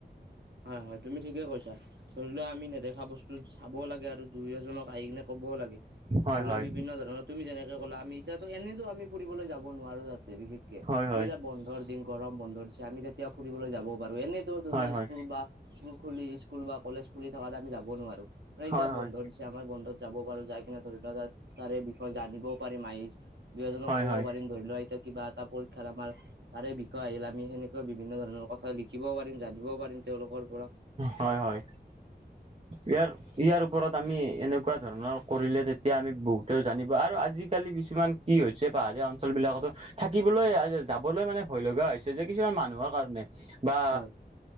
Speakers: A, on the right; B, on the right.
A: হয় হয় তুমি ঠিকে কৈছা ধৰি লও আমি নেদেখা বস্তু চাব লাগে আৰু দুই এজনক আহিকিনে ক'বও লাগে
B: হয়
A: ধৰি
B: হয়
A: লোৱা বিভিন্ন ধৰণৰ তুমি যেনেকে ক'লা আমি এতিয়া এনেতো আমি ফুৰিবলৈ যাব নোৱাৰো তাত। দে বিশেষকে
B: হয়
A: আমি
B: হয়
A: এতিয়া বন্ধৰ দিন গৰম বন্ধ দিছে আমি তেতিয়া ফুৰিবলৈ যাব পাৰো এনেতো তুমি
B: হয় হয়
A: স্কুল বা স্কুল খুলি স্কুল বা কলেজ খুলি থকা আমি যাব নোৱাৰো, এতিয়া
B: হয় হয়
A: বন্ধ দিছ- যে আমাৰ বন্ধত যাব পাৰো যাই কিনে ধৰি লও তাৰে বিষয়ে জানিবও পাৰিম আহইচ দুয় এজনক
B: হয়
A: ক'ব
B: হয়
A: পাৰিম ধৰি লোৱা এতিয়া কিবা এটা পৰীক্ষাত আমাৰ তাৰে বিষয়ে আহিল আমি সেনেকুৱা বিভিন্ন ধৰণৰ কথা লিখিব পাৰিম, জানিবও পাৰিম তেওঁলোকৰ পৰা।
B: হয় হয় ইয়াৰ ইয়াৰ ওপৰত আমি এনেকুৱা ধৰণৰ কৰিলে তেতিয়া আমি বহুতেও জানিব আৰু আজিকালি কিছুমান কি হৈছে পাহাৰীয়া অঞ্চল বিলাকতো থাকিবলৈ যাবলৈ মানে ভয় লগা হৈছে যে কিছুমান মানুহৰ কাৰণে বা
A: হয়